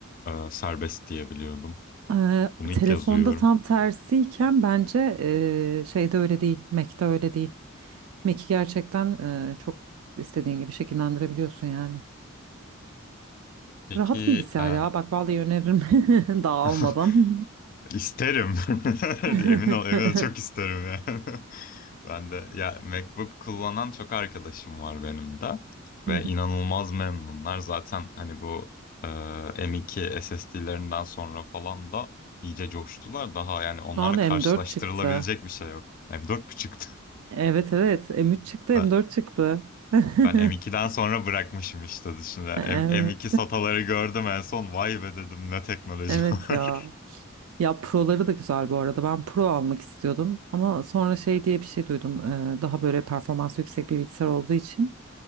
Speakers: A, on the left; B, on the right.
A: e, serbest diye biliyordum.
B: Ee,
A: Bunu
B: telefonda
A: ilk kez duyuyorum.
B: tam tersiyken bence ee, şeyde öyle değil. Mac'te öyle değil. Mac'i gerçekten ee, çok istediğin gibi şekillendirebiliyorsun yani.
A: Peki
B: Rahat bilgisayar
A: e,
B: ya. Bak vallahi öneririm <laughs> dağılmadan.
A: <laughs> isterim. <laughs>
B: <laughs>
A: Emin ol, emin ol çok isterim yani. <laughs> Ben de ya MacBook kullanan çok arkadaşım var benim de ve
B: Hı hı.
A: inanılmaz memnunlar. Zaten hani bu e, M.2 SSD'lerinden sonra falan da iyice coştular. Daha yani onlarla
B: Şu an M4
A: karşılaştırılabilecek
B: çıktı.
A: bir şey yok. M4.5
B: Evet evet M3 çıktı
A: Ben,
B: M4 çıktı. <laughs>
A: ben M2'den sonra bırakmışım işte dışında.
B: Evet.
A: M, M2 SATA'ları gördüm en son. Vay be dedim ne teknoloji
B: Evet
A: var.
B: ya.
A: <laughs>
B: Ya Pro'ları da güzel bu arada. Ben Pro almak istiyordum ama sonra şey diye bir şey duydum. Ee, daha böyle performansı yüksek bir bilgisayar olduğu için